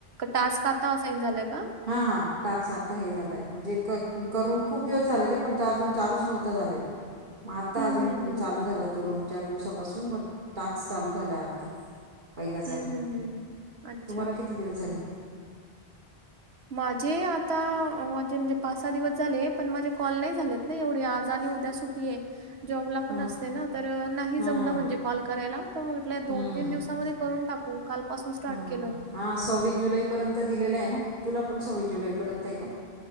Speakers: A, on the right; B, on the right.
A: टास्क आता असाइन झालायं का?
B: हा.. हा... टाक्स आता हे झालायं, म्हणजे क.. करून खूप दिवस झाले होते, पण तो अजून चालूच नव्हता झालेला.
A: <unintelligible>
B: मग आत्ता अजून
A: हम्म हम्म
B: चालू झालं होतं दोन -चार दिवसापासून मग टाक्स चालू झालायं आता. पहिलाच
A: हम्म
B: अजून,
A: हम्म हम्म. अच्छा
B: तुम्हाला किती दिवस झाले?
A: माझे, आता... माझे म्हणजे पाच- सहा दिवस झाले, पण माझे कॉल नाही झालेत ना एवढे आज आणि उद्या सुट टी... य.. जॉबला पण
B: हां
A: असते ना... तर नाही
B: हां
A: जमलं म्हणजे कॉल करायला, तर म्हटलं दोन
B: हां
A: -तीन दिवसामध्ये करून टाकू. काल पाासून स्टार्ट
B: हां
A: केलं.
B: हां, सव्वीस जुलैपर्यंत दिलेलं आहे ना... तुला पण सव्वीस जुलैपर्यंत आहे का?